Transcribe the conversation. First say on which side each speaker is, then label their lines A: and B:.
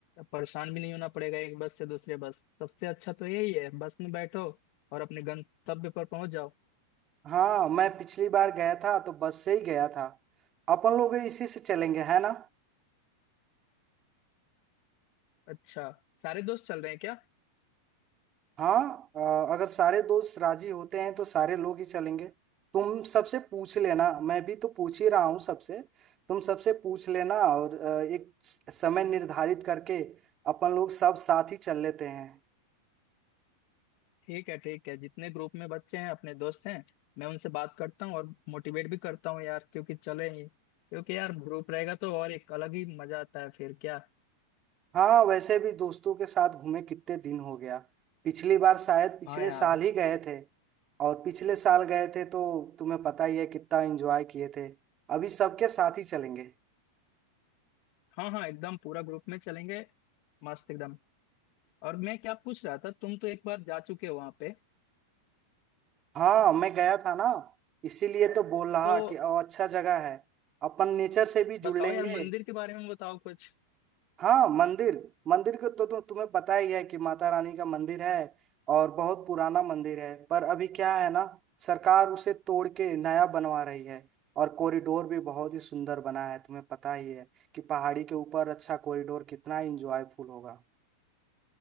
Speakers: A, on the left; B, on the right.
A: परेशान भी नहीं होना पड़ेगा एक बस से दूसरे बस सबसे अच्छा तो यही है बस में बैठो और अपने गंतव्य पर पहुंच जाओ
B: हाँ मैं पिछली बार गया था तो बस से ही गया था अपन लोग इसी से चलेंगे है ना
A: अच्छा सारे दोस्त चल रहे हैं क्या
B: हाँ अ, अगर सारे दोस्त राजी होते हैं तो सारे लोग ही चलेंगे तुम सबसे पूछ लेना मैं भी तो पूछ ही रहा हूँ सबसे तुम सबसे पूछ लेना और अ, एक स- समय निर्धारित करके अपन लोग सब साथ ही चल लेते हैं
A: ठीक है ठीक है जितने ग्रुप में बच्चे हैं अपने दोस्त हैं मैं उनसे बात करता हूँ और मोटिवेट भी करता हूँ यार क्योंकि चले ही क्योंकि यार ग्रुप रहेगा तो और एक अलग ही मजा आता है फिर क्या
B: हाँ वैसे भी दोस्तों के साथ घूमे कितने दिन हो गया पिछली बार शायद पिछले
A: हाँ यार
B: साल ही गए थे और पिछले साल गए थे तो तुम्हें पता ही है कितना एंजॉय किए थे अभी सबके साथ ही चलेंगे
A: हाँ हाँ एकदम पूरा ग्रुप में चलेंगे मस्त एकदम और मैं क्या पूछ रहा था तुम तो एक बार जा चुके हो वहां पे
B: हाँ मैं गया था ना इसीलिए तो बोल रहा
A: तो
B: कि ओ, अच्छा जगह है अपन नेचर से भी जुड़
A: बताओ
B: लेंगे
A: यार मंदिर के बारे में बताओ कुछ
B: हाँ मंदिर मंदिर को तो तु, तुम्हें पता ही है कि माता रानी का मंदिर है और बहुत पुराना मंदिर है पर अभी क्या है ना सरकार उसे तोड़ के नया बनवा रही है और कॉरिडोर भी बहुत ही सुंदर बना है तुम्हें पता ही है कि पहाड़ी के ऊपर अच्छा कॉरिडोर कितना इंजॉयफुल होगा